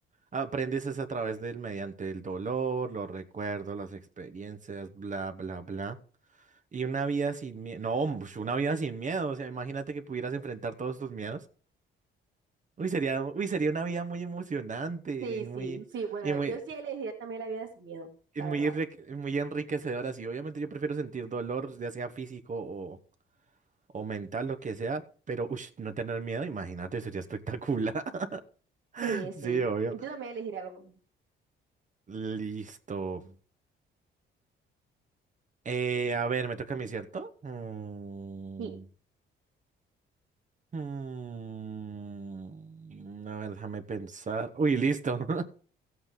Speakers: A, on the right; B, on the right.
A: aprendes es a través del, mediante el dolor, los recuerdos, las experiencias, bla, bla, bla. Y una vida sin miedo, no, pues, una vida sin miedo, o sea, imagínate que pudieras enfrentar todos tus miedos. Uy, sería, uy, sería una vida muy emocionante y
B: Sí, sí,
A: muy...
B: sí. Bueno,
A: Y muy,
B: yo sí elegiría también la vida sin miedo,
A: es
B: la
A: muy,
B: verdad.
A: enrique- es muy enriquecedoras y obviamente yo prefiero sentir dolor, ya sea físico o, o mental, lo que sea, pero ush, no tener miedo, imagínate, sería espectacular. <laughs>
B: Sí, sí.
A: Sí, obvio.
B: Yo también elegiría lo mismo.
A: Listo. Eh, a ver, me toca a mí, ¿cierto? Mm,
B: y
A: mm, a ver, déjame pensar. Uy, listo. <laughs>